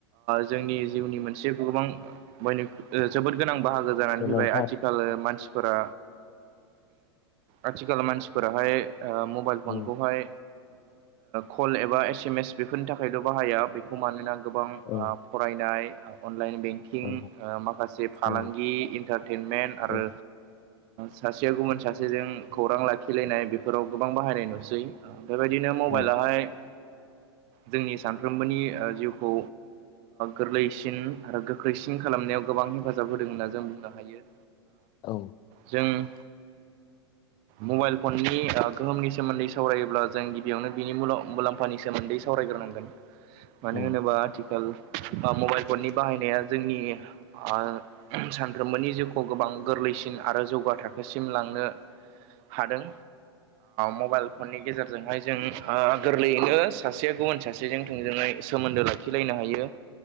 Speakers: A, on the right; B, on the left.
A: जोंनि जिउनि मोनसे गोबां बयनि जोबोद गोनां बाहागो जानानै
B: गोनांथार
A: फैबाय आथिखाल मानसि फोरा आथिखाल मानसिफोराहाय मबाइल फनखौहाय
B: औ
A: कल एबा एसेमेम बेफोरनि थाखायल' बाहाया बे खौ मानोना गोबां
B: औ
A: फरायनाय अनलाइन बेंक
B: औ
A: माखासे फालांगि
B: औ
A: इन्टारटेनमेन्ट आरो
B: औ
A: सासेया गुबुन सासेजों खौरां लाखिलायनाय बेफोराव गोबां बाहायनाय नुसै बेबायदिनो मबाइलाहाय
B: औ
A: जोंनि सानफ्रोमबोनि जिउखौ गोरलै‌ सिन आरो गोख्रैसिन खालामनायाव गोबां हेफाजाब होदों होनना जों बुंनो हायो
B: औ
A: जों मबाइल फननि गोहोमनि सोमोन्दै सावरायोब्ला जों गिबियावनो बिनि मुलाम्फानि सोमोन्दै सावरायग्रोनांगोन
B: औ
A: मानो होनोबा आथिखाल मबाइल फननि बाहायनाया जोंनि ओ सानफ्रोमबोनि जिउखौ गोबां गोरलैसिन आरो जौगा थाखोसिम लांनो हादों मबाइल फननि गेजेरजोंहाय जों गोरलैयैनो सासेया गुबुन सासेजों थोंजोङै सोमोन्दो लाखिलायनो हायो